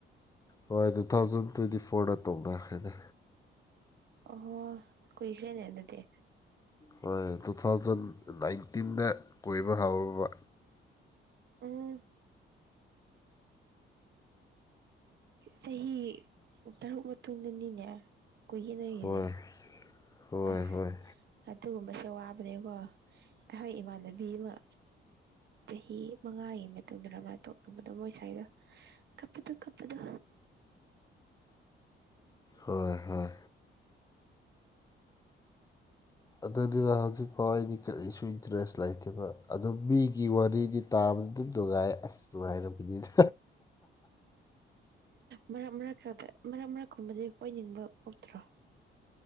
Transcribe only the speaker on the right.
ꯑꯣ ꯀꯨꯏꯈ꯭ꯔꯦꯅꯦ ꯑꯗꯨꯗꯤ
ꯎꯝ ꯆꯍꯤ ꯇꯔꯨꯛ ꯃꯇꯨꯡꯗꯅꯤꯅꯦ ꯀꯨꯌꯦꯅꯈꯤꯅꯦ
ꯑꯁ
ꯑꯗꯨꯒꯨꯝꯕꯁꯦ ꯋꯥꯕꯅꯦꯀꯣ ꯑꯩꯈꯣꯏ ꯏꯃꯥꯟꯅꯕꯤ ꯑꯃ ꯆꯍꯤ ꯃꯉꯥꯒꯤ ꯃꯇꯨꯡꯗꯅ ꯃꯥꯥꯏ ꯇꯣꯛꯅꯕꯗ ꯃꯣꯏ ꯁ꯭ꯋꯥꯏꯗ ꯀꯄꯗ ꯀꯞꯗ
ꯃꯔꯛ ꯃꯔꯛ ꯃꯔꯛ ꯃꯔꯛꯀꯨꯝꯕꯗꯤ ꯀꯣꯏꯅꯤꯡꯕ ꯄꯣꯛꯇ꯭ꯔꯣ